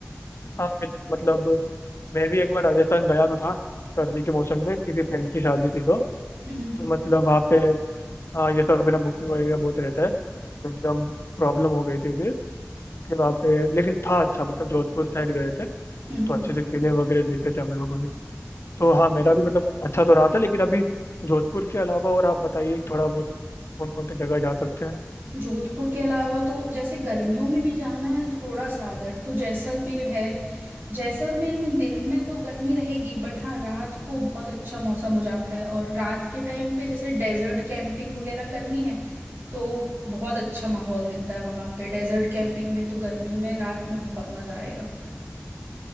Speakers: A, on the left; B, on the right.
A: हाँ बिल्कुल मतलब मैं भी एक बार राजस्थान गया तो था सर्दी के मौसम में किसी फ्रेंड की शादी थी तो
B: हम्म
A: तो मतलब वहाँ पे हाँ ये सब बिना बुकिंग वगैरह बहुत रहता है तो एकदम प्रॉब्लम हो गई थी फिर फिर वहाँ पे लेकिन था अच्छा मतलब जोधपुर साइड गए थे
B: हम्म
A: तो अच्छे से किले वगैरह देखे थे हम लोगों ने तो हाँ मेरा भी मतलब अच्छा तो रहा था लेकिन अभी जोधपुर के अलावा और आप बताइए थोड़ा बहुत कौन कौन सी जगह जा सकते हैं
B: जोधपुर के अलावा तो जैसे गर्मियों में भी जाना है थोड़ा सा अगर तो जैसलमेर है जैसलमेर में दिन में तो गर्मी रहेगी बट हाँ रात को बहुत अच्छा मौसम हो जाता है और रात के टाइम पे जैसे डेजर्ट कैंपिंग वगैरह करनी है तो बहुत अच्छा माहौल मिलता है वहां पे डेजर्ट कैंपिंग में तो गर्मियों में रात में बहुत मजा आएगा